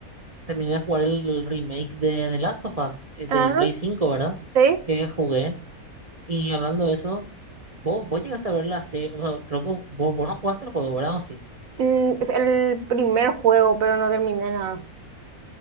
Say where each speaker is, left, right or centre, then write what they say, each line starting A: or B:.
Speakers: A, on the right; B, on the right.
A: terminé de jugar el, el remake de The Last of Us, eh, de
B: Ajá,
A: Play cinco ¿verdad?
B: sí.
A: Que jugué. Y hablando de eso, vos, vos llegaste a ver la serie, o sea, creo que vos, vos no jugaste el juego, ¿verdad? ¿O sí?
B: Mm, es el primer juego, pero no terminé nada.